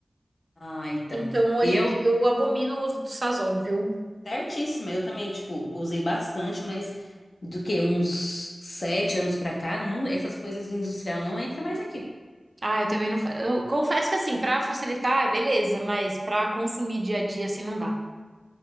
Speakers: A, on the left; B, on the right.
A: Ah, então.
B: Então, hoje
A: Eu
B: em dia, eu abomino o uso do Sazon, viu?
A: Certíssima, eu também, tipo, usei bastante, mas do que uns sete anos pra cá, não, essas coisas de industrial não entra mais aqui.
B: Ah, eu também não. fa- Eu confesso que, assim, pra facilitar, beleza, mas pra consumir dia a dia, assim, não dá.